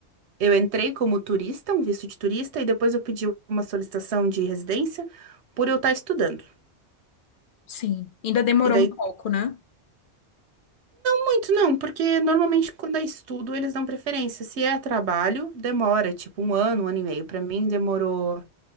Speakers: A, on the right; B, on the left.
A: Eu entrei como turista, um visto de turista, e depois eu pedi uma solicitação de residência por eu estar estudando.
B: sim. Ainda demorou
A: E daí,
B: um pouco, né?
A: muito não, porque normalmente quando é estudo eles dão preferência. Se é trabalho, demora, tipo um ano, um ano e meio. Pra mim demorou